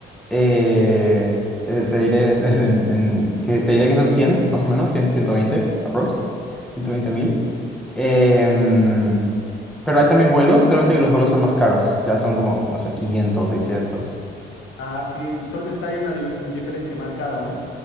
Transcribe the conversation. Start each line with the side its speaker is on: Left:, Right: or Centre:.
Centre: Eh, eh, te diré, es- <laughs> en- en- que, te diré que son 100 más o menos, cien ciento veinte aprox, ciento veinte mil. Em, pero hay también vuelos, solamente que los vuelos son más caros, ya son como, no sé, 500 seiscientos
Left: Ah, sí, entonces hay una dif- diferencia marcada, ¿no?